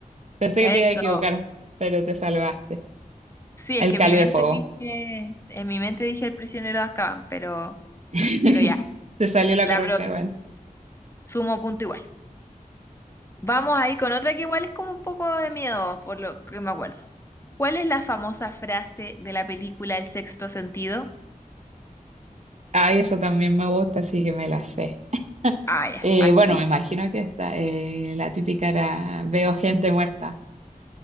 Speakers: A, on the right; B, on the left.
A: pensé
B: Eso.
A: que te iba a equivocar, pero te salvaste.
B: Sí,
A: El
B: es que
A: Cáliz
B: en mi mente
A: de Fuego.
B: dije, en mi mente dije el prisionero de Azkaban, pero,
A: <laughs>
B: pero ya,
A: Te salió la
B: la
A: correcta
B: probé.
A: igual.
B: Sumo punto igual. Vamos ahí con otra que igual es como un poco de miedo, por lo que me acuerdo. ¿Cuál es la famosa frase de la película El sexto sentido?
A: Ay, eso también me gusta, así que me la sé.
B: Ah, ya,
A: Eh,
B: fácil.
A: bueno, me imagino que esta, eh, la típica era Veo gente muerta,